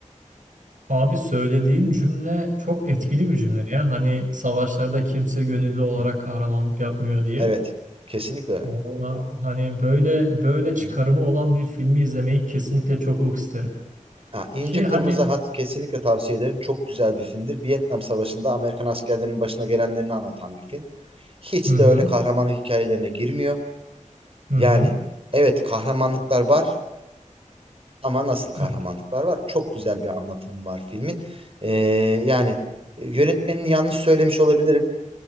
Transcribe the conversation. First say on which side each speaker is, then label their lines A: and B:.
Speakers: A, on the right (about 75°); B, on the right (about 45°).
A: Abi söylediğin cümle çok etkili
B: Hı hı,
A: bir cümle ya. Hani savaşlarda kimse gönüllü olarak
B: hı hı.
A: kahramanlık yapmıyor diye.
B: Evet, kesinlikle öyle.
A: Valla hani böyle böyle çıkarımı
B: Hı hı.
A: olan bir filmi izlemeyi kesinlikle çok çok isterim.
B: Ha, İnce
A: Ki hani
B: Kırmızı Hat kesinlikle tavsiye ederim. Çok güzel bir filmdir. Vietnam Savaşı'nda Amerikan askerlerinin başına gelenlerini anlatan bir film. Hiç
A: hı hı
B: de öyle kahramanlık hikayelerine girmiyor.
A: hı
B: Yani
A: hı
B: evet kahramanlıklar var ama nasıl kahramanlıklar
A: evet,
B: var? Çok güzel bir anlatımı var filmin. Ee, yani e, yönetmenini yanlış söylemiş olabilirim.